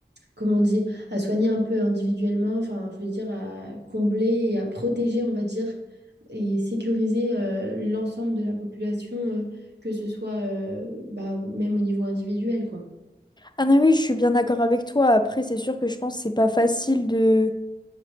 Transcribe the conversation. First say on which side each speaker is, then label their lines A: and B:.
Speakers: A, on the right; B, on the left.
A: comment on dit, à soigner un peu individuellement, enfin, je veux dire, à combler et à protéger, on va dire, et sécuriser euh, l'ensemble de la population, euh, que ce soit euh, bah, même au niveau individuel, quoi.
B: Ah non, oui, je suis bien d'accord avec toi. Après, c'est sûr que je pense que c'est pas facile de